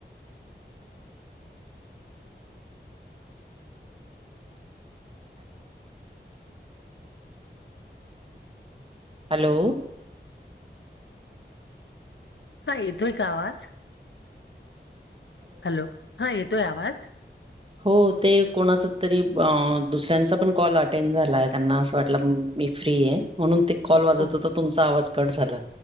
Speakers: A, on the right; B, on the left.
A: हॅलो
B: हा येतोय का आवाज? हॅलो हा येतोय आवाज?
A: हो ते कोणाच तरी दुसऱ्यांचा पण कॉल अटेंड झाला आहे त्यांना असं वाटलं. मी फ्री आहे म्हणून ते कॉल वाजवत
B: ओ
A: हो तर तुमचा आवाज कट झाला.